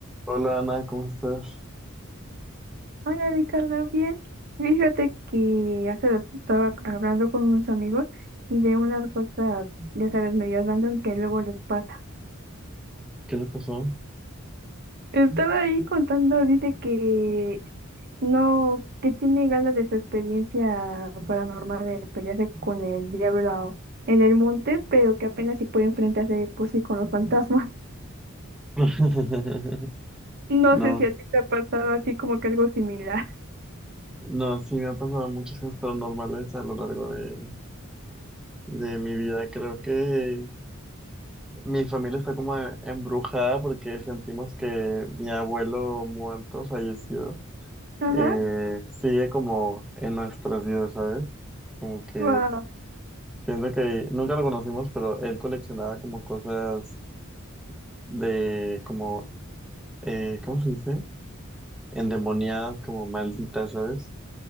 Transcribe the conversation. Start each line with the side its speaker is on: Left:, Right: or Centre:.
Centre: Hola Ana, ¿cómo estás?
Right: Hola Ricardo, bien. Fíjate que hace rato estaba hablando con unos amigos de unas cosas, ya sabes, medias random que luego les pasa.
Centre: ¿Qué le pasó?
Right: Estaba ahí contando, dice que no, que tiene ganas de su experiencia paranormal de pelearse con el diablo en el monte, pero que apenas si puede enfrentarse pues sí con los fantasmas. <laughs>
Centre: <laughs>
Right: No
Centre: No,
Right: sé si a ti te ha pasado así como que algo similar.
Centre: no, sí me han pasado muchas cosas paranormales a lo largo de, de mi vida. Creo que mi familia está como embrujada porque sentimos que mi abuelo muerto, fallecido,
Right: Ajá.
Centre: eh, sigue como en nuestras vidas, ¿sabes? Como que
Right: Wow.
Centre: siento que nunca lo conocimos, pero él coleccionaba como cosas de como, eh, ¿cómo se dice? endemoniadas, como malditas, ¿sabes?